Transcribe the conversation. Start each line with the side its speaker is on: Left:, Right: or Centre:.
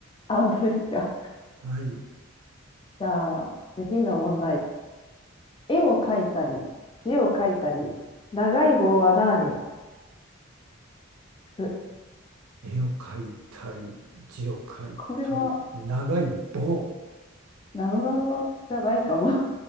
Left: あ、本当ですか。
Right: はい。
Left: じゃあ、次の問題。絵を描いたり、字を書いたり、長い棒は何す
Right: 絵を描いたり、字を描いたり、
Left: これは、
Right: 長い棒。
Left: なぞなぞじゃないかも。